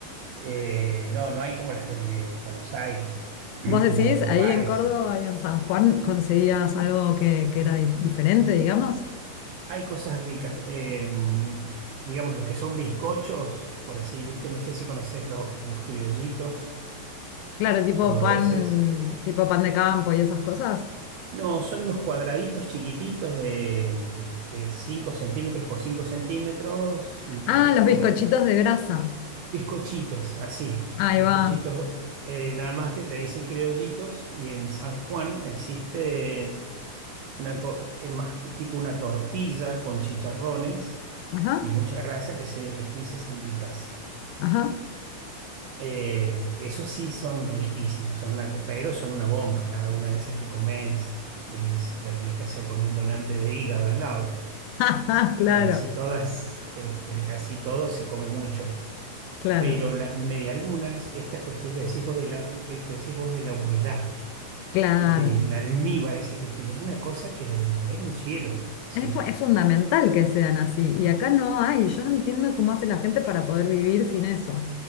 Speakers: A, on the right (about 80°); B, on the left (about 80°).
A: Eh, no, no hay como las de Buenos Aires, <clears throat> las
B: ¿Vos decís,
A: de los
B: ahí
A: bares.
B: en Córdoba y en San Juan conseguías algo que, que era di- diferente, digamos?
A: Hay cosas ricas. eh, digamos, lo que son bizcochos, por así, ¿viste? No sé si conoces los, los criollitos
B: Claro, tipo
A: cordobeses.
B: pan, tipo pan de campo y esas cosas.
A: No, son unos cuadraditos chiquititos de, mm, de 5 centímetros por 5 centímetros y un
B: Ah,
A: poquito
B: los bizcochitos de grasa.
A: bizcochitos, así,
B: Ahí
A: bizcochitos,
B: va.
A: eh, nada más que le dicen criollitos y en San Juan existe una, co- eh, más tipo una tortilla con chicharrones
B: Ajá,
A: y mucha grasa que se les dice semitas.
B: ajá.
A: Eh, esos sí son riquísimos, son una, co- pero son una bomba, cada una de esas que comes es- la tenés que hacer con un donante de hígado al lado.
B: <laughs> Claro,
A: y así todas, este, así todo se come mucho.
B: claro,
A: Pero las medialunas, esta cuestión que decís vos de la, de- que decís vos de la humedad,
B: claro.
A: del almíbar ese que tiene, es una cosa que es un cielo, sí.
B: Es, fu- es fundamental que sean así, y acá no hay, yo no entiendo cómo hace la gente para poder vivir sin eso.